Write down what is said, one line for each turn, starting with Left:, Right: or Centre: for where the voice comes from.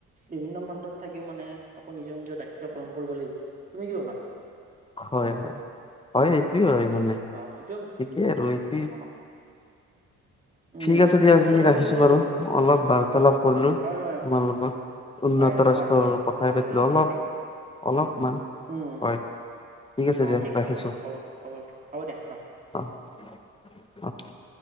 Right: বিভিন্ন প্ৰান্তত থাকিও মানে আকৌ নিজৰ নিজৰ দায়িত্ব পালন কৰিব লাগিব তুমি কি কবা।
Left: হয় হয় হয় সেইটোৱে হয়। মানে
Right: অ সেইটোয়ে কথা
Left: ঠিকেই আৰু এইটো।
Right: অ উম
Left: ঠিক আছে দিয়া আজি
Right: কথা
Left: ৰাখিছো
Right: সেয়ে
Left: বাৰু
Right: আৰু
Left: অলপ বাৰ্তালাপ কৰিলো
Right: হয় হয়
Left: তোমাৰ লগত। উন্নত
Right: বাই
Left: ৰাষ্ট্ৰৰ
Right: বাৰু বাৰু
Left: কথা
Right: ভাল
Left: পাতিলো
Right: লাগিল
Left: অলপ
Right: পাতি।
Left: অলপমান
Right: উম।
Left: হয়। ঠিক আছে
Right: অ',
Left: দিয়া
Right: ঠিক
Left: ৰাখিছো
Right: বাৰু হ'ব হ'ব হ'ব দিয়া অ'।
Left: অ অ।